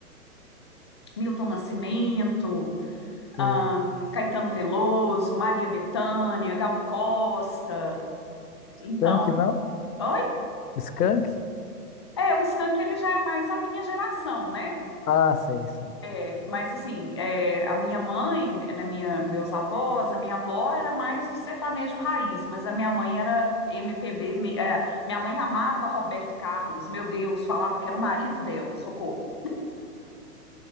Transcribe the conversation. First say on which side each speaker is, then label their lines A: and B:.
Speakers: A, on the left; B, on the left.
A: Milton Nascimento,
B: sim.
A: ah, Caetano Veloso, Maria Bethânia, Gal Costa. Então
B: Skank não?
A: Oi?
B: Skank?
A: É, o Skank ele já é mais a minha geração, né?
B: Ah, sei, sei.
A: É, mas assim, é, a minha mãe, na minha, meus avós, a minha avó era mais o sertanejo raiz, mas a minha mãe era MPB, mi- é, minha mãe amava Roberto Carlos, meu Deus, falava que era o marido dela, socorro.